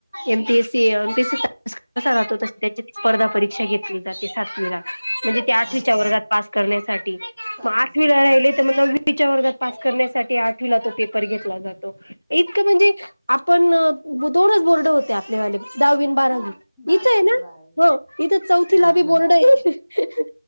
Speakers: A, on the left (about 80°); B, in the centre.
A: एम पी ए सी चं पास <unintelligible> त्याची स्पर्धा परीक्षा घेतली जाते सातवीला. म्हणजे ते आठवीच्या
B: अच्छा
A: वर्गात पास करण्यासाठी
B: करण्यासाठी
A: मग आठवीला राहिले तर मग नव्वी च्या वर्गात पास करण्यासाठी आठवीला तो पेपर घेतला जातो इतक म्हणजे आपण दोनच बोर्ड होते आपल्यावाले. दहावी अन बारावी
B: हा दहावी
A: इथं ये
B: आणि
A: ना
B: बारावी
A: हो इथं चौथीला
B: हा
A: बि
B: म्हणजे
A: बोर्ड
B: आता
A: आहे अं ह, अं ह